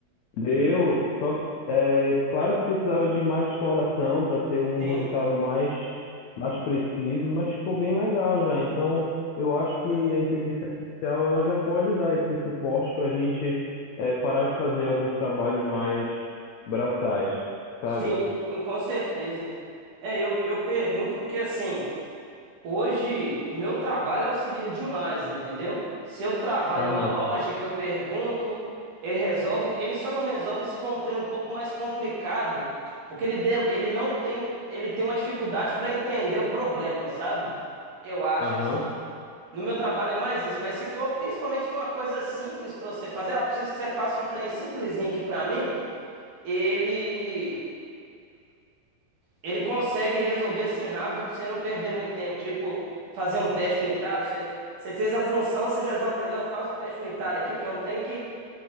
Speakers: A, on the left (about 75°); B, on the right (about 55°).
A: deu, só é claro que precisava de mais exploração para ter um
B: Sim.
A: resultado mais mais preciso, mas ficou bem legal já. Então, eu acho
B: Bacana.
A: que a inteligência artificial ela já pode dar esse suporte para a gente é, parar de fazer alguns trabalhos mais braçais, sabe?
B: Sim, sim, com certeza. É, eu, eu pergunto porque assim. Hoje, meu trabalho auxilia demais, entendeu? Se eu travar
A: Aham,
B: em uma loja que eu pergunto, ele resolve. Ele só não resolve se for um trem um pouco mais complicado, porque ele, dem- ele não tem, ele tem uma dificuldade para entender o problema, sabe? Eu acho
A: aham,
B: assim. No meu trabalho é mais isso, mas se for, principalmente se for uma coisa simples para você fazer, ah, preciso que você faça um trem simplesinho aqui para mim ele ele consegue resolver assim rápido pra você não perder muito tempo. Tipo, fazer um teste unitário. Você, você fez a função, você já joga pra ele, ó, faz um teste unitário aqui, que é um trem que.